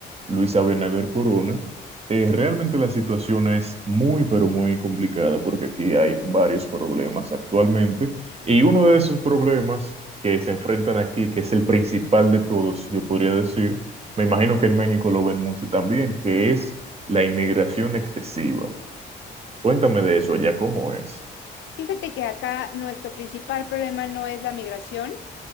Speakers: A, on the right (about 30°); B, on the left (about 70°).
A: Luis Abinader Corona, eh, realmente la situación es muy, pero muy complicada porque aquí hay varios problemas actualmente y uno de esos problemas que se enfrentan aquí, que es el principal de todos, yo podría decir, me imagino que en México lo ven mucho también, que es la inmigración excesiva. Cuéntame de eso allá, ¿cómo es?
B: Fíjate que acá nuestro principal problema no es la migración.